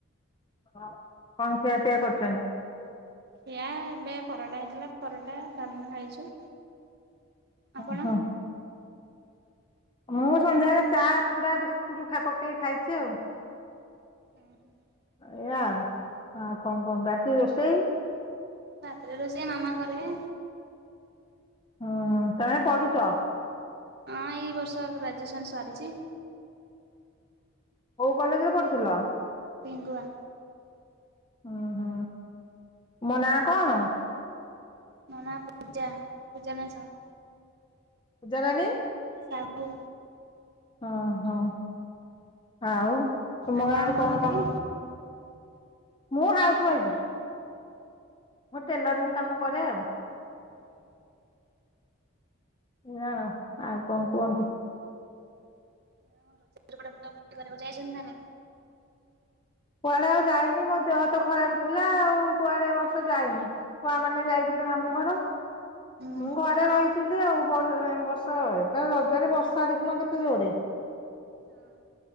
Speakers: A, on the left; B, on the right.
A: ହଁ, କଣ ଖିଆ ପିଆ କରିଛନ୍ତି?
B: ଖିଆ ଏବେ ପରଟା ହେଇଥିଲା ପରଟା ଡାଲମା ଖାଇଛୁ। ଆପଣ?
A: ଅଁ ହଁ। ମୁଁ ସନ୍ଧ୍ୟାବେଳେ ଚା, ଚୁଡା, ବିସ୍କୁଟ ଖା ପକେଇ ଖାଇଛି ଆଉ।
B: ଉଁ ହୁଁ।
A: ଏଇଆ ଆଉ ଆଉ କଣ କୁହନ୍ତୁ? ରାତିକି ରୋଷେଇ?
B: ରାତିରେ ରୋଷେଇ ମାମା କରିବେ।
A: ଉଁହୁଁ, ତମେ ପଢୁଛ?
B: ହଁ, ଏଇ ବର୍ଷ ଗ୍ରାଜୁଏସନ୍ ସାରିଛି।
A: କୋଉ କଲେଜରେ ପଢୁଥିଲ?
B: ପିଙ୍ଗୁଆ।
A: ଉଁ, ହୁଁ ତୁମ ନାଁ କଣ?
B: ମୁଁ ନାଁ ପୂଜା। ପୂଜାରାଣୀ ସାହୁ।
A: ପୂଜାରାଣୀ
B: ସାହୁ।
A: ଅଁ ହଁ, ଆଉ ତୁମ
B: ଆପଣ
A: ଗାଁରେ
B: କରନ୍ତି
A: କଣ କଣ
B: କି?
A: ମୁଁ ହାଉସୱାଇଫ୍, ମୁଁ ଟେଲରିଂ କାମ କରେ ଆଉ, ଏଇଆ ଆଉ। ଆଉ କଣ କୁହନ୍ତୁ?
B: ହଁ ରଜରେ କୁଆଡେ ବୁଲାବୁଲି କରିବାକୁ ଯାଇଛନ୍ତି ନା ନାଇଁ?
A: କୁଆଡେ ଆଉ ଯାଇନି। ମୋ ଦେହ ତ ଖରାପ ଥିଲା ଆଉ କୁଆଡେ ଏ ବର୍ଷ ଯାଇନି। ଛୁଆମାନେ ଯାଇଥିଲେ ମାମୁଁ ଘର।
B: ହୁଁ।
A: ମୁଁ ଘରେ ରହିି ଥିଲି ଆଉ ବର୍ ଏ ବର୍ଷ। ଏଇତ ରଜରେ ବର୍ଷା ଦେଖୁନ କେତେ ଜୋରରେ।
B: ହଁ।